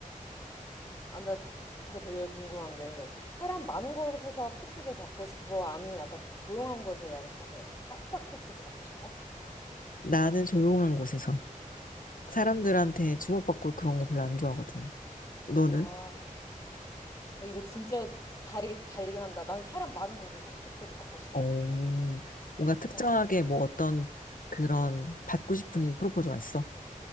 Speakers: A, on the left; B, on the left.
A: 아, 나 이거 되게 궁금한 게 사람 많은 곳에서 프로포즈를 받고 싶어? 아니면 약간 좀 조용한 곳에서 약간 깜짝 프로포즈 받고 싶어?
B: 나는 조용한 곳에서 사람들한테 주목받고 그런 거 별로 안 좋아하거든. 너는?
A: 아, 이거 진짜 다르게 갈리긴 한다. 난 사람 많은 곳에서 프로포즈 받고 싶어.
B: 오, 뭔가 특정하게
A: 난,
B: 뭐 어떤 그런 받고 싶은 프로포즈가 있어?